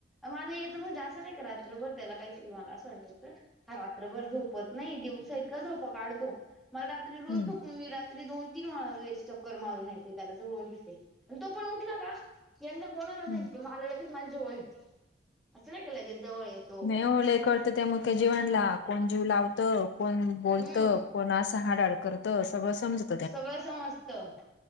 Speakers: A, in the centre; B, on the left.
A: मला येतं म्हणजे अस नाही का रात्रभर त्याला काहीतरी वाग असं म्हणायच. हा रात्रभर झोपत नाही. दिवसा इतका झोपा काढतो. मला रा रात्री रोज
B: हम्म
A: झोपून. मी रात्री दोन तीन वळा वेळेस चक्कर मारून येते. त्याला जवळ घेते. आणि तो पण उठला का? यंनदा कोणाला नाही
B: हम्म
A: पण मला लगेच माझ्या जवळ येतो. असं नाही का लगेच जवळ येत.
B: नाही ओ लई कळत त्या मुक्या जीवांना. कोण जीव लावत. कोण बोलत.
A: हम्म
B: कोण असं हाड हाड करतं. सगळं समजत.
A: सगळं समजतं.